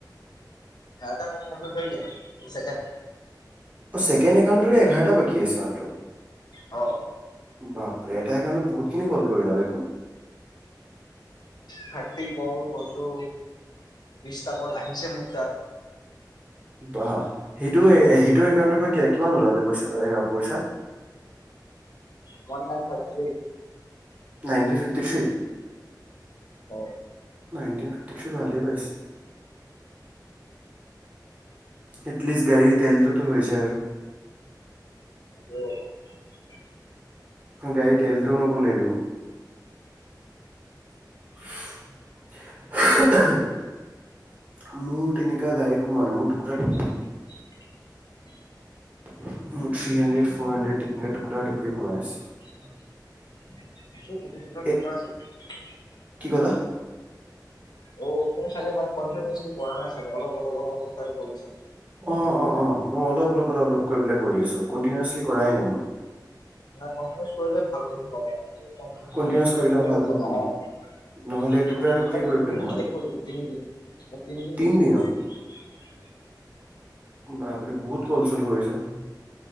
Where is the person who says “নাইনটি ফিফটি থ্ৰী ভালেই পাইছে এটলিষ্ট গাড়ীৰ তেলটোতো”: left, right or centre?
Right